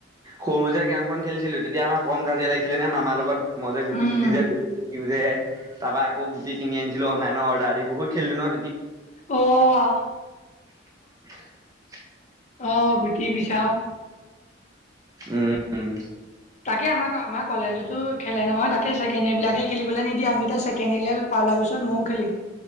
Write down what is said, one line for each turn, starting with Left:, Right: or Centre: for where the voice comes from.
Right: সৰু যে গৰমখন খেলিছিলো তেতিয়া আমাৰ কম কাজিয়া লাগিছিল। আছিলে নে মামাৰ লগত মই যে গুটি
Left: উম
Right: চুটি যে দিওঁ যে। তাৰ পৰা আকৌ গুটি কিনি আনিছিলো অনলাইনৰ অৰ্ডাৰ দি বহুত খেলদিনৰ
Left: অহ।
Right: <inaudible>
Left: আহ গুটি বিচাৰো
Right: উম।
Left: তাকে আমাৰ আমাৰ কলেজতো খেলে নহয়। তাকে ছেডন্ড ইয়েৰবিলাকে খেলিবলৈ নিদিয়ে আমি এতিয়া ছেকেণ্ড পিছত ময়ো খেলিম।